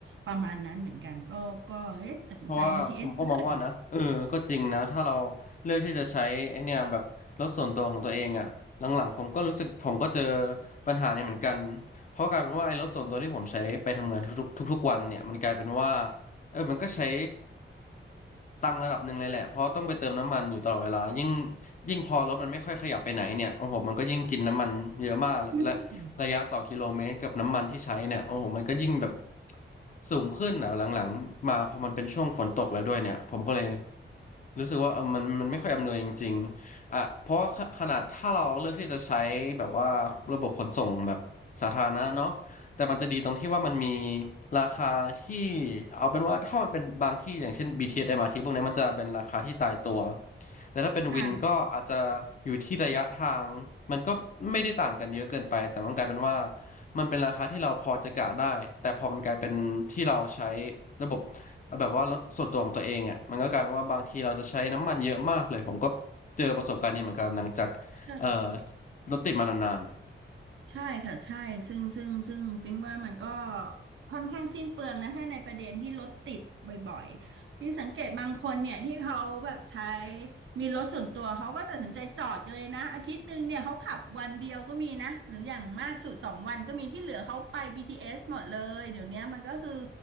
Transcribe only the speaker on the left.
เพราะว่าผมก็มองว่านะเออก็จริงนะถ้าเรา
เลือกที่จะใช้ไอเนี่ยแบบรถส่วนตัวของตัวเองอะหลังๆผมก็รู้สึกผมก็เจอปัญหาเนี่ยเหมือนกันเพราะกลายเป็นว่าไอ้รถส่วนตัวที่ผมใช้ไปทำงานทุกๆทุกๆวันเนี่ยมันกลายเป็นว่าเออมันก็ใช้ตังค์ระดับหนึ่งเลยแหละเพราะต้องไปเติมน้ำมันอยู่ตลอดเวลายิ่งยิ่งพอรถมันไม่ค่อยขยับไปไหนเนี่ยโอ้โหมันก็ยิ่งกินน้ำมันเยอะมากและ
ระยะต่อกิโลเมตรกับน้ำมันที่ใช้เนี่ยโอ้โหมันก็ยิ่งแบบสูงขึ้นอ่ะหลังๆมาพอมันเป็นช่วงฝนตกแล้วด้วยเนี่ยผมก็เลยรู้สึกว่าเออมันมันไม่ค่อยอำนวยจริงๆอ่ะเพราะว่าขขนาดถ้าเราเลือกที่จะใช้แบบว่าระบบขนส่งแบบสาธารณะเนาะแต่มันจะดีตรงที่ว่ามันมีราคาที่เอาเป็นว่าถ้ามันเป็นบางที่อย่างเช่น BTS m ท t พวกนี้มันจะเป็นราคาที่ตายตัว แต่ถ้าเป็นวินก็อาจจะ
อยู่ที่ระยะทางมันก็ไม่ได้ต่างกันเยอะเกินไปแต่มันกลายเป็นว่ามันเป็นราคาที่เราพอจะกะได้แต่พอมันกลายเป็นที่เราใช้ระบบแบบว่ารถส่วนตัวของตัวเองอ่ะมันก็กลายเป็นว่าบางทีเราจะใช้น้ำมันเยอะมากเลยผมก็เจอประสบการณ์นี้เหมือนกันหลังจากเอ่อ
รถติดมานานๆ